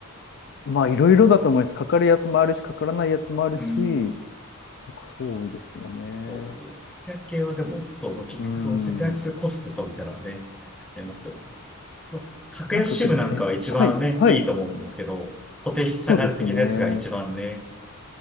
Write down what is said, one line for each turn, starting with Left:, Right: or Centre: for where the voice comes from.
Left: まあいろいろだと思います。かかるやつもあるし、かからないやつもあるし、
Centre: うん、
Left: とかそうですよね。
Centre: そう、節約系はでも、そう、結局その節約するコストとみたいなのはね、
Left: うん。
Centre: ありますよね。まあ格安支部なんかは一番ね、
Left: なんかけどせ、はい、はい、
Centre: いいと思うんですけど、固定費下がる的なやつが一番ね、
Left: そうですよね。